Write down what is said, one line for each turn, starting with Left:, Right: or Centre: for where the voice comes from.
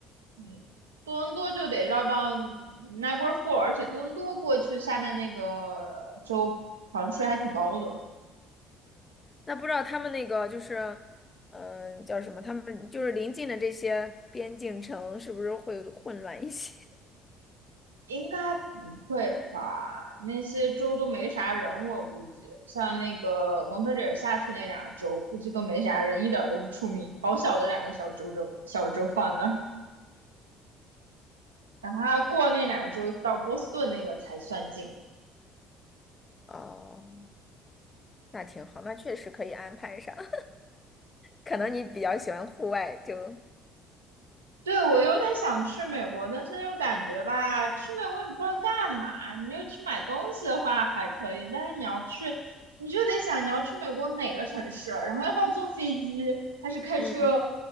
Right: 嗯，多伦多就得绕到 Niagara Falls，而且多伦多过去下面那个州好像税还挺高的。
Left: 那不知道他们那个就是，嗯、叫什么？他们就是临近的这些边境城，是不是会混乱一些？<laughs>
Right: 应该不会吧？那些州都没啥人，我估计像那个蒙特利尔下去那两个州，估计都没啥人，一点儿都不出名。好小的两个小州州小州放那儿，等他过那两个州到波士顿那个才算近。
Left: 哦，那挺好，那确实可以安排上。<laughs> 可能你比较喜欢户外，就
Right: 对，我有点想去美国，但是又感觉吧，去美国也不知道干嘛。你就去买东西的话还可以，但是你要去，你就得想你要去美国哪个城市，然后要不要坐飞机，还是开车，
Left: 嗯